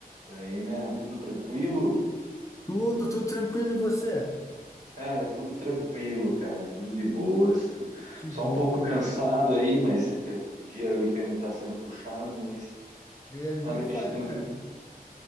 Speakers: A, on the right; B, on the left.
A: Daí, man, tudo tranquilo?
B: Tudo, tudo tranquilo, e você?
A: Cara, tudo tranquilo, cara, tudo de boas. tu-
B: Que
A: Só
B: bom.
A: um pouco cansado aí, mas é que o dia aí foi- tá sendo puxado, mas
B: É, nem
A: nada
B: me fale,
A: que a gente não,
B: cara.